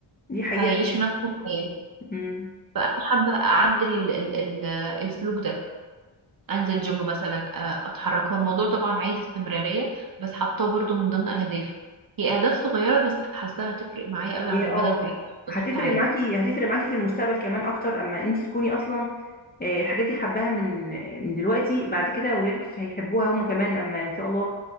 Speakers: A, on the left; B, on the right.
A: دي حقيقة
B: فهيعيشوا
A: فعلا
B: نفس الحياه
A: أمم.
B: فانا حابه اعدل ال- ال- ال- السلوك ده انزل جيم مثلا آه، اتحرك هو الموضوع طبعا عايز استمرارية بس حاطاه برضو من ضمن اهدافي هي اهداف صغيرة بس حاساها هتفرق معايا قوي على
A: هي
B: المدى
A: اه
B: البعيد
A: هت- هتفرق
B: اظبط عليها
A: معاكي هتفرق معاكي في المستقبل كمان أكتر أما أنتي تكوني أصلا آه، الحاجات دي حباها من من دلوقتي بعد كده ولادك هيحبوها هما كمان اما ان شاء الله